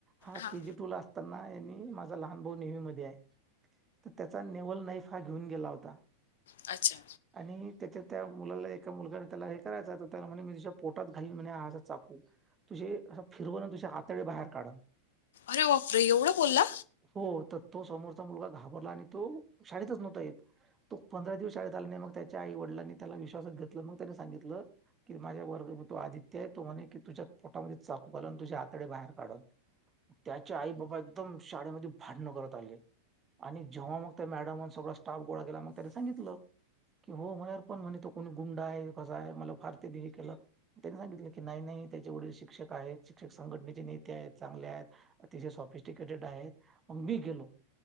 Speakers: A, on the right; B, on the left.
A: हा
B: हां.
A: के जी टू ला असताना यांनी माझा लहान भाऊ नेवी मधे आहे. तर त्याचा नेवल नाईफ हा घेऊन गेला होता
B: अच्छा.
A: आणि त्याच्या त्या मुलाला एका मुलगाने त्याला हे करायचं त्याला म्हणे मी तच्या पोटात घालीून म्हणे हा असा चाकू तुझी अस फिरवून तझ्या आतळी बाहेर काढन
B: अरे बापरे! एवढं बोलला?
A: हो. तर तो समोरचा मुलगा घाबरला आणि तो शाळेतच नव्हता येत. तो पंधरा दिवस शाळेत आलाने मग त्याच्या आई वडिलांनी त्याला विश्वासात घेतलं मग त्यानी सांगितलं कि माझ्या वर्ग तो आदित्य आहे. तो म्हणे की तुझ्या पोटामध्ये चाकू घलवून तुझ्या आाताडे बाहेर काढन त्याचे आई बाबा एकदम शाळेमध्ये भडणं करत आले. आणि जेव्हा मग त्या मॅडमन सगळा स्टाफ गोळा केला मग त्याने सांगितलं. कि हो म्हणार पण म्हणे तो कोणी गुंडा आहे कसा आहे? मला फार त्यांनी हे केल त्यांनी सांगितलं की नाही नाही त्याचे वडील शिक्षक आहेत. शिक्षक संघटनेचे नेते आहेत चांगले आहेत. अतिशय सॉफिस्टिकेटेड आहेत मग मी गेलो.